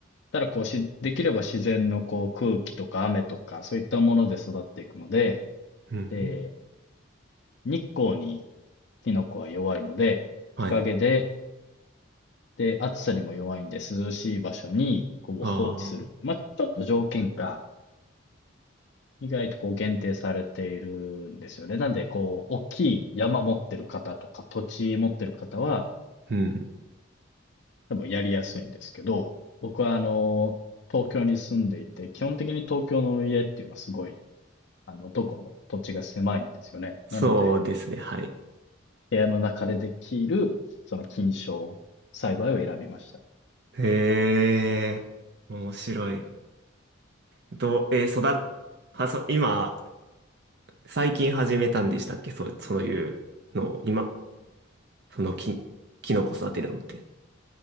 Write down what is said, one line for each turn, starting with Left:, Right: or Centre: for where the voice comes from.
Left: ただこうし、できれば自然のこう空気とか雨とか、そういったもので育っていくので、
Right: うん。うん
Left: で、日光にキノコは弱いので、
Right: はい。
Left: 日陰で、で、暑さにも弱いんで、涼しい場所に、こう、
Right: ああ、
Left: 放置する。まあ、ちょっと条件が、意外とこう、限定されているんですよね。なんで、こう、大きい山持ってる方とか、土地持ってる方は、
Right: うん。
Left: 多分やりやすいんですけど、僕は、あの、東京に住んでいて、基本的に東京の家っていうのはすごい、あの、どこも土地が狭いんですよね。
Right: そうですね、
Left: なので、
Right: はい。
Left: 部屋の中でできる、その菌床栽培を選びました。
Right: へえ、面白い。どう、えー育っ、は、そ、今、最近始めたんでしたっけそう、そういうのを、今、そのき、キノコ育てるのって。